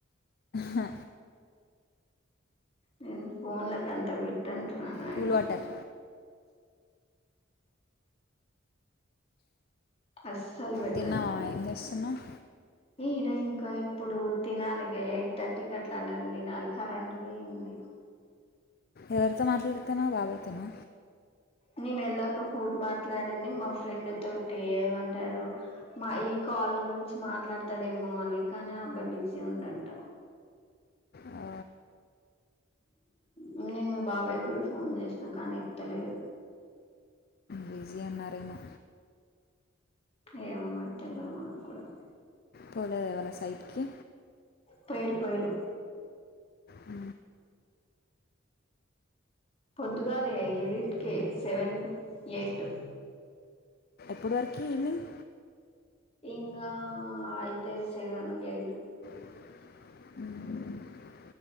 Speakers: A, on the left (about 50°); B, on the left (about 30°).
A: హ
B: నేను ఫోన్ లక్ కంత బేట్టన ర నాయనా.
A: కూల్ వాటర్
B: అస్సలు పెట్టాను
A: తిన్నావా
B: నేను
A: ఏం చేస్తున్నావు
B: ఈడ ఇంకా ఇప్పుడు తినాలి ఇగ ఎయిట్ థర్టీకి అట్లా అన్నం తినాలి కరెంట్ పోయింది
A: ఎవరితో మాట్లాడుతనవ్ బాబయ్ తోనా
B: నీనేళ్లకు ఫోన్ మాట్లాడింది మా ఫ్రెండ్ తోటి ఏమంటారు మా ఈ కాల్ గురించి మాట్లాడతాడేమో అని కానీ ఆ అబ్బాయి బిజీ ఉండంట
A: ఆ
B: హు నేను మీ బాబాయ్కి కూడా ఫోన్ చేసినా కానీ ఎత్తలేదు
A: బిజీ ఉన్నారేమొ
B: ఏమొ మరి తెల్వదు మనకుండా
A: పోలేద్ ఇవ్వాళ సైడ్కి
B: పోయిర్రు పోయిర్రు
A: అ
B: పోద్ దుగాలే ఎడింట్కే సెవెన్ యయిట్
A: గప్పడి వరకు ఈవెనింగ్
B: ఇంగ అయితది సెవను, యైటు
A: ఉమ్.